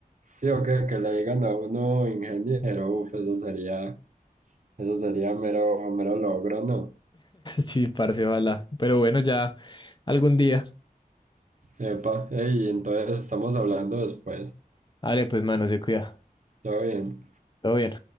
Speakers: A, on the right (about 55°); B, on the left (about 30°).
A: Sí, o que, que le digan a uno ingeniero, uff, eso sería, eso sería mero, mero logro, ¿no?
B: Sí, parce, ojalá. Pero bueno, ya algún día.
A: Epa, ey, entonces estamos hablando después.
B: Vale, pues mano, se cuida.
A: Todo bien.
B: Todo bien.